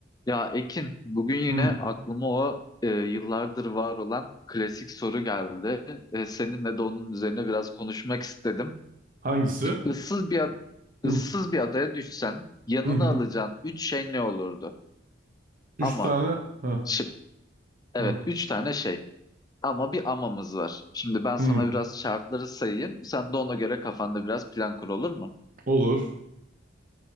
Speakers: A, on the left (about 20°); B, on the right (about 45°).
A: Ya Ekin, bugün yine
B: Hı.
A: aklıma o e, yıllardır var olan klasik soru geldi. E, seninle de onun üzerine biraz konuşmak istedim.
B: Hangisi?
A: Issız bir ad-
B: Hı.
A: ıssız bir adaya düşsen yanına
B: Hı hı.
A: alacağın üç şey ne olurdu?
B: Üç
A: Ama
B: tane. Hı.
A: şıp, evet
B: Hı.
A: üç tane şey. Ama bir amamız var. Şimdi ben sana
B: Hı.
A: biraz şartları sayayım. Sen de ona göre kafanda biraz plan kur olur mu?
B: Olur.